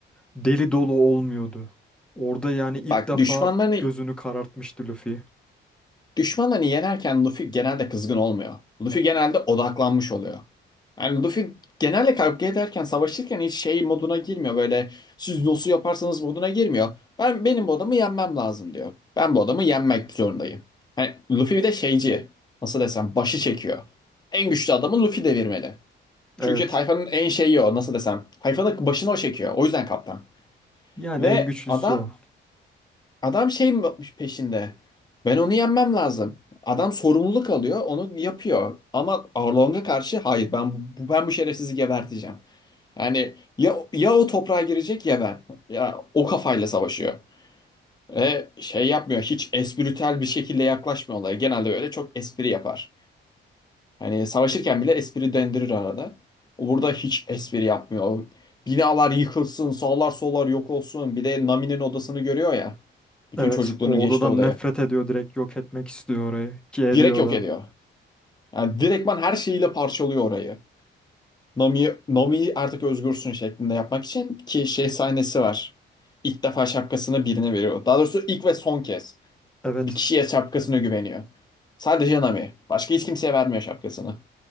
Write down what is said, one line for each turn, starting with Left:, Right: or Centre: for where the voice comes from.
Centre: deli dolu olmuyordu. Orada yani ilk
Left: Bak
Centre: defa
Left: düşmanlarını
Centre: gözünü karartmıştı Luffy.
Left: düşmanlarını yenerken Luffy genelde kızgın olmuyor. Luffy genelde odaklanmış oluyor. Yani Luffy genelde kavga ederken, savaşırken hiç şey moduna girmiyor. Böyle siz nasıl yaparsanız moduna girmiyor. Ben benim bu adamı yenmem lazım diyor. Ben bu adamı yenmek zorundayım. Hani Luffy bir de şeyci. Nasıl desem başı çekiyor. En güçlü adamı Luffy devirmeli. Çünkü
Centre: Evet.
Left: tayfanın en şeyi o nasıl desem. Tayfanın başını o çekiyor. O yüzden kaptan.
Centre: Yani
Left: Ve
Centre: en güçlüsü
Left: adam
Centre: o.
Left: adam şey mi peşinde. Ben onu yenmem lazım. Adam sorumluluk alıyor, onu yapıyor. Ama Arlong'a karşı hayır ben bu- ben bu şerefsizi geberteceğim. Yani ya ya o toprağa girecek ya ben. Ya o kafayla savaşıyor. Ve şey yapmıyor. Hiç espritüel bir şekilde yaklaşmıyor olaya. Genelde böyle çok espri yapar. Hani savaşırken bile espri dendirir arada. O burada hiç espri yapmıyor. O Binalar yıkılsın, sağlar sollar yok olsun. Bir de Nami'nin odasını görüyor ya. Bütün
Centre: Evet,
Left: çocukluğunun
Centre: o
Left: geçtiği
Centre: odadan
Left: odayı.
Centre: nefret ediyor direkt yok etmek istiyor orayı ki ediyor
Left: Direkt yok
Centre: da.
Left: ediyor. Yani direktman her şeyiyle parçalıyor orayı. Nami, Nami artık özgürsün şeklinde yapmak için ki şey sahnesi var. İlk defa şapkasını birine veriyor. Daha doğrusu ilk ve son kez.
Centre: Evet.
Left: Bir kişiye şapkasını güveniyor. Sadece Nami. Başka hiç kimseye vermiyor şapkasını.